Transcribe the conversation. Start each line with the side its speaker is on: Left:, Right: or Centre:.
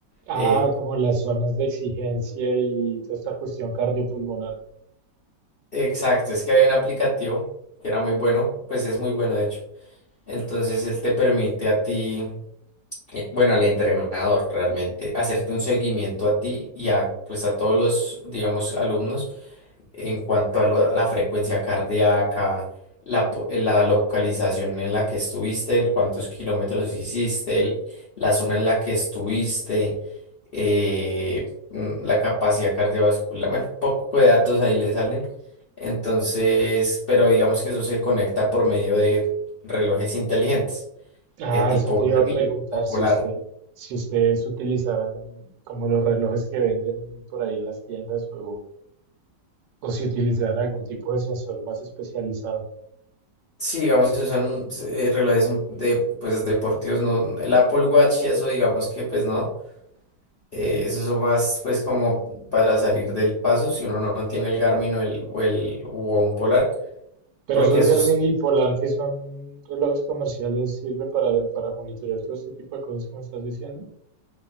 Right: Ah,
Left: eh,
Right: como las zonas de exigencia y toda esta cuestión cardiopulmonar.
Left: Exacto, es que hay un aplicativo que era muy bueno, pues es muy bueno de hecho. Entonces él te permite a ti, eh, bueno, al entrenador realmente, hacerte un seguimiento a ti y a, pues a todos los, digamos, alumnos en cuanto a, lo- la frecuencia cardíaca, la, po- la localización en la que estuviste, el cuántos kilómetros hiciste, el- la zona en la que estuviste, eh, mm, la capacidad cardiovascular, bueno, poco de datos ahí le salen. Entonces, pero digamos que eso se conecta por medio de relojes inteligentes,
Right: Ah,
Left: eh, tipo
Right: eso te
Left: Garmin
Right: iba a preguntar
Left: o Polar.
Right: si usted, si ustedes utilizaban como los relojes que venden por ahí en las tiendas o o si utilizarán algún tipo de sensor más especializado.
Left: Sí, digamos, se usan eh, relojes de, pues, deportivos, no, el Apple Watch y eso, digamos que pues no. Eh, eso son más pues como para salir del paso si uno no, no tiene el Garmin o el, o el o un Polar,
Right: Pero
Left: porque
Right: esos
Left: eso
Right: Garmin
Left: es-
Right: y Polar, que son relojes comerciales, sirven para, para monitorear todo este tipo de cosas que me estás diciendo.